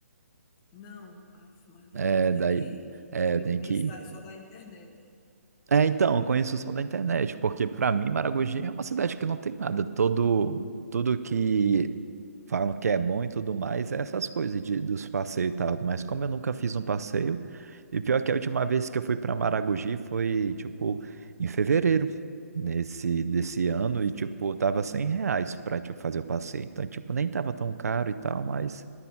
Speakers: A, on the left; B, on the right.
A: Não, ave Maria,
B: É,
A: pois tu tem
B: daí,
A: que ir.
B: é,
A: Eu
B: tem
A: conheço
B: que.
A: da só da internet.
B: É, então, eu conheço só da internet, porque pra mim Maragogi é uma cidade que não tem nada. Todo, tudo que falam que é bom e tudo mais é essas coisas de, dos passeios e tal. Mas como eu nunca fiz um passeio, e pior que a última vez que eu fui pra Maragogi foi, tipo, em fevereiro nesse, desse ano,
A: Sim,
B: e, tipo, tava 100 reais pra, tipo, fazer o passeio. Então, tipo, nem tava tão caro e tal, mas